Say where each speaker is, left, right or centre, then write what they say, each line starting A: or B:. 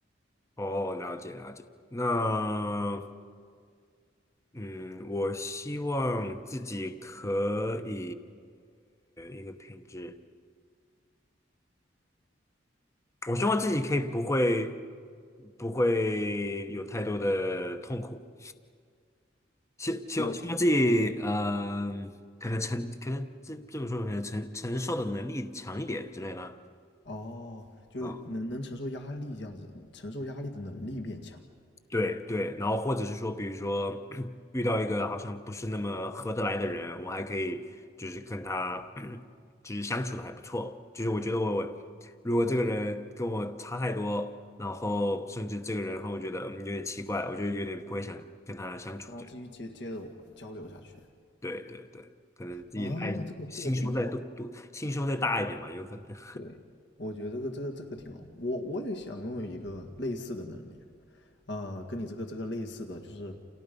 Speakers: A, on the left; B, on the left.
A: 哦，了解了解，那。嗯，我希望自己可以一个品质，我希望自己可以不会不会有太多的痛苦，希希望希望自己嗯、
B: 就
A: 可能承可能这这么说可能承承受的能力强一点之类的，
B: 哦，就能能承受压力这样子，
A: 啊。
B: 承受压力的能力变强。
A: 对对，然后或者是说，比如说 <clears throat> 遇到一个好像不是那么合得来的人，我还可以就是跟他 <clears throat> 就是相处的还不错。就是我觉得我我如果这个人跟我差太多，然后甚至这个人让我觉得嗯有点奇怪，我就有点不会想跟他相处。
B: 那继续接接着我交流下去。
A: 对对对对，可能自己爱心胸再多多心胸再大一点嘛，
B: 啊，这个这个挺好，
A: 有可能。<laughs>
B: 对，我觉得这个这个这个挺好。我我也想拥有一个类似的能力，呃，跟你这个这个类似的，就是